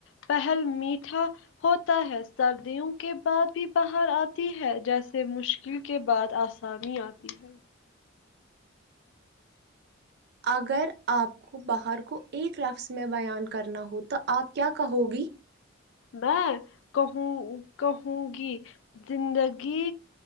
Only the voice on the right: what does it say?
اگر آپ کو بہار کو ایک لفظ میں بیان کرنا ہو تو آپ کیا کہو گی